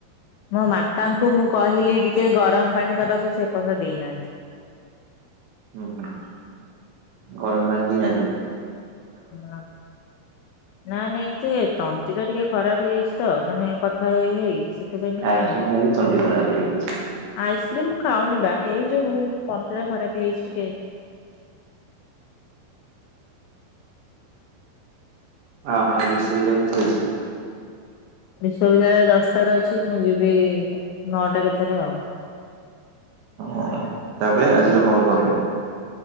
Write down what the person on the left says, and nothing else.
ମୋ ମାତାଙ୍କୁ ମୁଁ କହିଲି ଟିକେ ଗରମ ପାଣି ଦବାକୁ ସେ ଏ ପର୍ଯ୍ୟନ୍ତ ଦେଇନାହାନ୍ତି।
ନା। ନା ନାଇଁ ସେ ତଣ୍ଟି ଟା ଟିକେ ଖରାପ ହେଇଯାଇଚି ତ ମାନେ କଥା ହେଇ ହେଇ। ସେଥିପାଇଁ ଟିକେ
ଆଇସ୍କ୍ରିମ୍ ମୁଁ ଖାଉନି ବା ଏଇ ଯୋଉ ତଣ୍ଟି ଟା ଖରାପ ହେଇଯାଇଚି ଟିକେ।
ବିଶ୍ୱବିଦ୍ୟାଳୟ ଦଶଟାରେ ଅଛି। ମୁଁ ଯିବି ନଅଟା କେତେରେ ଆଉ।